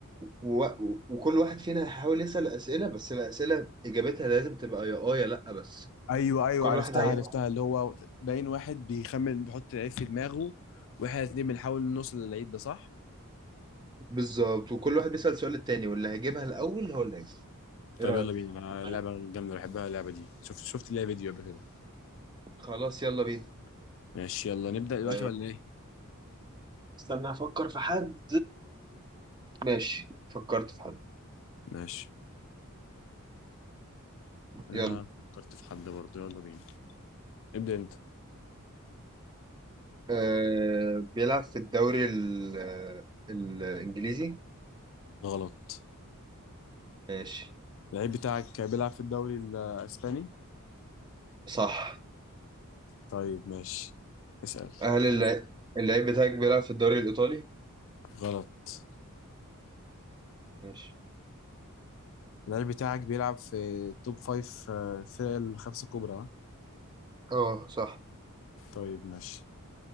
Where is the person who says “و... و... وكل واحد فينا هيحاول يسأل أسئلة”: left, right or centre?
Right